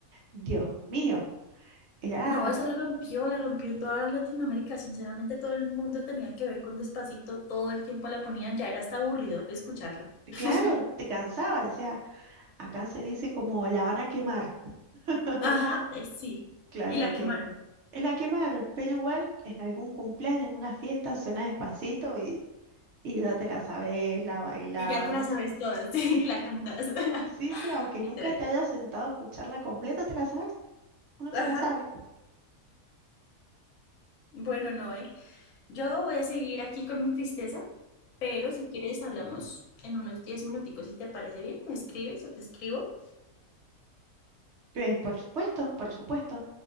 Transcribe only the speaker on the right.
Dios mío, era,
claro, te cansaba, decía, acá se dice como la van a quemar, <laughs>
claro
que
es la quemaron, pero igual en algún cumpleaños, en una fiesta, suena Despacito y, y ya te la sabes, la bailás.
<laughs>
Sí, sí, aunque
nunca te hayas sentado a escucharla completa, ¿te la sabes? Uno
se la sabe.
Eh, por supuesto, por supuesto.